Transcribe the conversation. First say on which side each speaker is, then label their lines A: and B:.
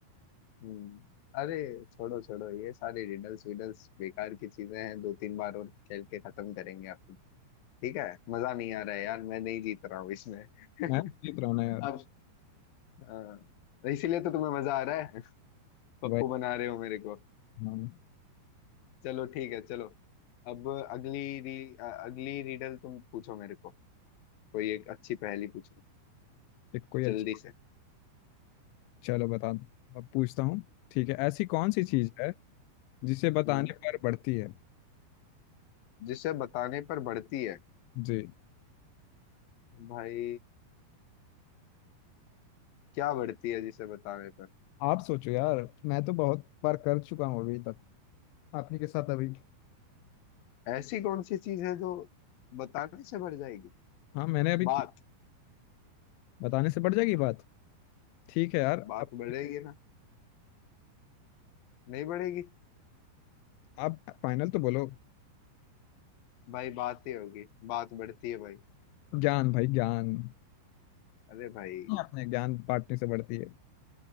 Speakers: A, on the left; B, on the left.
A: हम्म अरे छोड़ो छोड़ो ये सारे रिडल्स विडल्स बेकार की चीजें हैं दो तीन बार और खेल के खत्म करेंगे आपको ठीक है मजा नहीं आ रहा है यार मैं नहीं जीत रहा हूँ इसमें <laughs>
B: मैं लिख रहा हूँ ना यार
A: अब अ, इसीलिए तो तुम्हें मजा आ रहा है <laughs> पप्पू
B: वही
A: बना रहे हो मेरे को
B: हाँ
A: चलो ठीक है चलो अब अगली री, अ, अगली रीडल तुम पूछो मेरे को कोई एक अच्छी पहेली पूछो
B: एक कोई
A: जल्दी
B: अच्छी
A: से
B: चलो बता दो अब पूछता हूँ ठीक है ऐसी कौन सी चीज
A: हम्म
B: है जिसे बताने
A: हम्म,
B: पर बढ़ती है
A: जिसे बताने पर बढ़ती है
B: जी
A: भाई क्या बढ़ती है जिसे बताने पर
B: आप सोचो यार मैं तो बहुत बार कर चुका हूँ अभी तक आप ही के साथ अभी
A: ऐसी कौन सी चीज है जो बताने से बढ़ जाएगी
B: हाँ मैंने अभी की
A: बात
B: बताने से बढ़ जाएगी बात ठीक है यार
A: बात
B: अब
A: बढ़ेगी ना नहीं बढ़ेगी
B: आप फाइनल तो बोलो
A: भाई बात ही होगी बात बढ़ती है भाई
B: ज्ञान भाई ज्ञान
A: अरे भाई
B: अपने ज्ञान बांटने से बढ़ती है